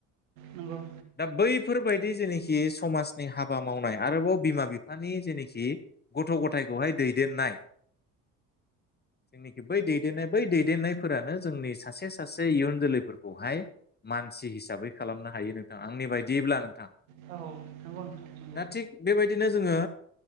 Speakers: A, on the right; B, on the left.
A: नंगौ
B: दा बैफोरबायदि जेनेखि समाजनि हाबा मावनाय आरोबाव बिमा बिफानि जेनेखि गथ' गथायखौहाय दैदेननाय। जेनेखि बै दैदेननाय बै दैदेननायफोरानो जोंनि सासे सासे इयुन जोलैफोरख हाय मानसि हिसाबै खालामनो हायो नोंथां आंनि बायदियोब्ला नोंथां
A: नंगौ औ नंगौ नोंथां
B: दा थिग बेबायदिनो जोङो